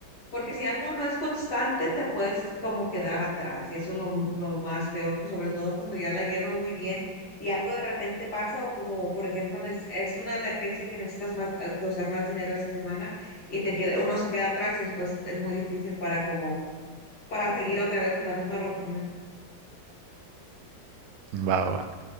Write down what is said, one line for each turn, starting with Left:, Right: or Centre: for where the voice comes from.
Left: porque si algo no es constante, te puedes como quedar atrás y eso es lo, lo más feo, sobre todo cuando ya la llevas muy bien y algo de repente pasa o como, por ejemplo, nes- es una emergencia que necesitas más, eh, que usar más dinero esta semana y te queda, uno se queda atrás y después es muy difícil para como, para seguir otra vez en la misma rutina.
Right: Va, va, va.